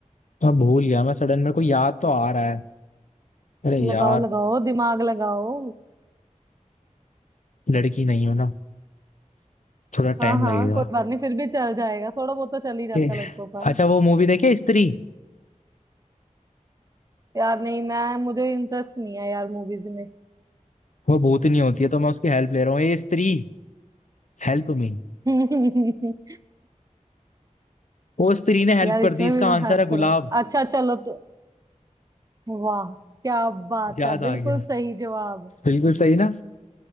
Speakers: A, on the left (about 65°); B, on the right (about 25°).
A: मैं भूल गया मैं सडन मेरे को याद तो आ रहा है अरे यार
B: लगाओ लगाओ दिमाग लगाओ
A: लड़की नहीं हो ना थोड़ा टाइम
B: हाँ हाँ
A: लगेगा
B: कोई बात नहीं फिर भी चल जाएगा थोड़ा बहुत तो चल ही जाता
A: ठीक है।
B: है लड़कों का
A: अच्छा वो मूवी देखे स्त्री
B: यार नहीं मैं मुझे इंटरेस्ट नहीं है यार मूवीज में
A: वो भूतनी होती है तो मैं उसकी हेल्प ले रहा हूँ ये स्त्री Help me
B: <laughs>
A: वो स्त्री ने हेल्प
B: यार
A: कर
B: इसमें
A: दी इसका
B: भी मैं
A: आंसर
B: हेल्प
A: है गुलाब
B: करूंगा अच्छा चलो तो वाह क्या बात
A: याद
B: है बिल्कुल
A: आ गया
B: सही जवाब
A: बिल्कुल सही ना